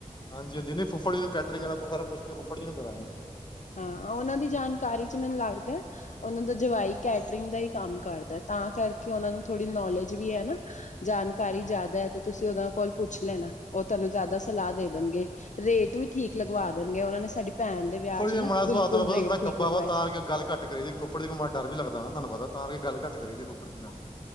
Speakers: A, on the left; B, on the left.
A: ਹਾਂਜੀ ਹਾਂਜੀ ਨਹੀਂ ਫੁਫੜ ਜੀ ਨੂੰ ਕੈਟਰਿੰਗ ਸਾਰਾਂ ਪੁੱਛ ਕੇ ਫੁਫੜੀ ਨੂੰ ਕਰਾਂਗੇ।
B: ਹਾਂ, ਉਹਨਾਂ ਦੀ ਜਾਣਕਾਰੀ ਚ ਮੈਨੂੰ ਲੱਗਦਾ। ਉਹਨਾਂ ਦਾ ਜਵਾਈ ਕੈਟਰਿੰਗ ਦਾ ਹੀ ਕੰਮ ਕਰਦਾ ਤਾਂ ਕਰਕੇ ਉਹਨਾਂ ਨੂੰ ਥੋੜੀ ਨੋਲੇਜ ਵੀ ਹੈ ਨਾ। ਜਾਣਕਾਰੀ ਜ਼ਿਆਦਾ ਹੈ ਤੇ ਤੁਸੀਂ ਉਹਨਾਂ ਕੋਲ ਪੁੱਛ ਲੈਣਾ ਉਹ ਤੁਹਾਨੂੰ ਜ਼ਿਆਦਾ ਸਲਾਹ ਦੇ ਦੇਣਗੇ। ਰੇਟ ਵੀ ਠੀਕ ਲਗਵਾ ਦੇਣਗੇ ਉਹਨਾਂ ਨੇ ਸਾਡੀ ਭੈਣ ਦੇ ਵਿਆਹ ਚ।
A: ਮਾ
B: ਨਾ
A: ਦਾ
B: ਬਿਲਕੁਲ
A: ਸੁਭਾਤ ਤੁਹਾਨੂੰ ਪਤਾ
B: ਰੇਟ
A: ਸੁਬਾਹ ਥੋੜਾ
B: ਠੀਕ
A: ਕੱਬਾ
B: ਲਗਵਾਏ
A: ਵਾ ਤਾਂ
B: ਸੀ
A: ਕਰਕੇ ਗੱਲ ਘੱਟ। ਘੱਟ ਕਰੀ ਦੀ ਫੁਫੜ ਜੀ ਤੋਂ ਡਰ ਵੀ ਲੱਗਦਾ ਨਾ ਤੁਹਾਨੂੰ ਪਤਾਂ ਕਿ ਗੱਲ ਘੱਟ ਕਰੀ ਦੀ ਫੁੱਫੜ ਜੀ ਦੀ ਨਾਲ।